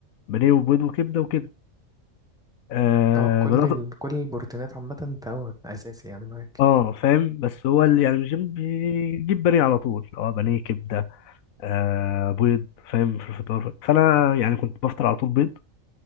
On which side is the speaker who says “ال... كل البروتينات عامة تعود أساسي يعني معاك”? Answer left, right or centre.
Centre